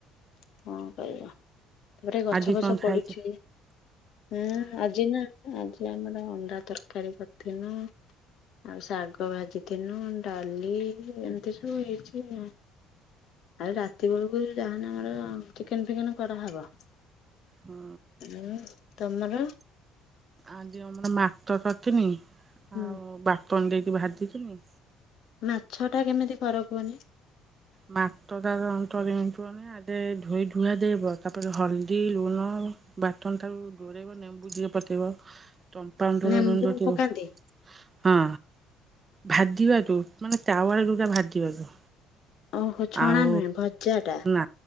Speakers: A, on the left; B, on the right.
A: କଣ କରିବା? ତାପରେ ଗଛ
B: ଆଜି
A: ବଛ
B: କଣ ଖାଇଛ?
A: ପଡୁଛି ହଁ ଆଜି ନା ଆଜି ଆମର ଅଣ୍ଡା ତରକାରୀ କରିଥିନୁ ଆଉ ଶାଗ ଭାଜି ଥିନୁ ଡାଲି ଏମିତି ସବୁ ହେଇଛି ଆଉ ଆଉ ରାତି ବେଳକୁ ଯାହାନେ ଆମର ଚିକେନ ଫିକେନ କରାହେବ।
B: ହଁ।
A: ହୁଁ ତମର?
B: ଆଜି ଆମର ମାକ କରିଥିନି
A: ହୁଁ।
B: ମୁଁ ବାଟନ ଦେଇକି ଭାଜି ଥିଲି।
A: ମାଛ ଟା କେମିତି କର କୁହନି।
B: ମାତଟା <unintelligible> ଧୋଇ ଧୁଆ ଦେଇବ ତାପରେ ହଳଦୀ ଲୁଣ ବାଟନ ଟାକୁ ଡୁରେଇ ନେମ୍ବୁ ଟିକେ ପକେଇବ ତମ
A: ନେମ୍ବୁ
B: <unintelligible>
A: ପକାନ୍ତି
B: ହଁ ଭାଜିବା ତୁ ମାନେ ତାୱଳ ଯୋଉଟା ଭାଜିବା ତ।
A: ଓହୋ ଛଣା
B: ଆଉ
A: ନୁହେଁ ଭଜା ଟା
B: ନା